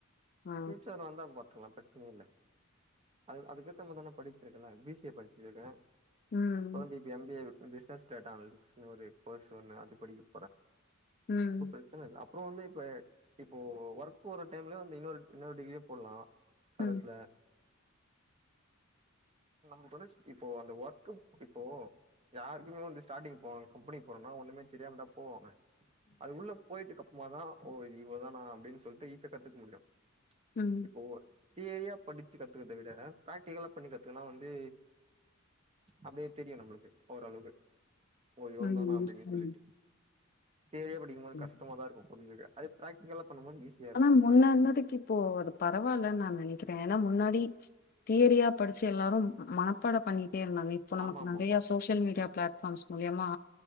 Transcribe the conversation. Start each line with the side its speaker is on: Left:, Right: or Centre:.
Left: ஆ
Right: ஃபியூச்சர்ல வந்தா அப்ப பாத் லா பிரச்சன இல்ல அது அதுக்கேத்த மாதான படுச்சிருக்கேல பி சி ஏ படுச்சிருக்கே
Left: ம் ம்
Right: <unintelligible> வந்து பிஸ்னஸ் கேட்டா அது இது <unintelligible> கோர்ஸ் ஒண்ணு அது படிக்கும்
Left: ம்
Right: அப்புறோ சொல்ல அப்புறோ வந்து இப்ப இப்போ ஒர்க் போற டைம்ல வந்து இன்னொரு இன்னொரு டிகிரியு போல்லா கரஸ்ல
Left: ம்
Right: நம்ப்ளுக் வந்துருச் இப்போ அந்த ஒர்க்கும் இப்போ யாருக்குமே வந்து ஸ்டார்டிங் போவ் கம்பெனி போனா ஒண்ணுமே தெரியாம தா போவாங்க அது உள்ள போயிட்டு கப்புமா தா ஓ இது இவ்ளதானா அப்டின் சொல்ட்டு ஈசா கத்துக்க முடியும்
Left: ம்
Right: ப்போ தேரியா படிச்சு கத்துக்கற்த விட பிராக்டிகலா பண்ணிக்கத் துக்குனா வந்து அப்டியே தெரியும் நம்ப்ளுக்கு ஓரளவு இன்னு எவ்ள்
Left: ம்
Right: நேனு அப்டின்னு சொல்லிட்டு தேரியா படிக்கும் போது
Left: ம்
Right: கஷ்டமா தா இருக்கும் உண்மைய்லே அது பிராக்டிக்கல்ல பண்ணும் மோது ஈஸ்
Left: ஆனா முன்னானத்துக்கு இப்போ அது பரவாயில்லன் நா நெனைக்கிற ஏன்னா முன்னாடி தேரியா படிச்சு எல்லாரும் மனப்பாட பண்ணிட்டே இருந்தாங்க இப்ப நமக்கு
Right: ஆமா ஆமா
Left: நெறைய
Right: ஆமா
Left: சோசியல் மீடியா பிளாட்ஃபார்ம்ஸ் மூலியமா